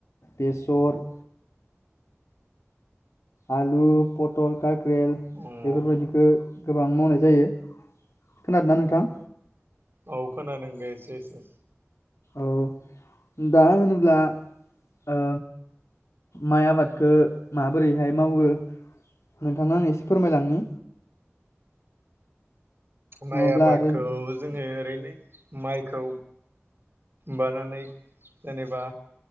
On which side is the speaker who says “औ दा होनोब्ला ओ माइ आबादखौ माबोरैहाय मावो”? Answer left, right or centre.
Left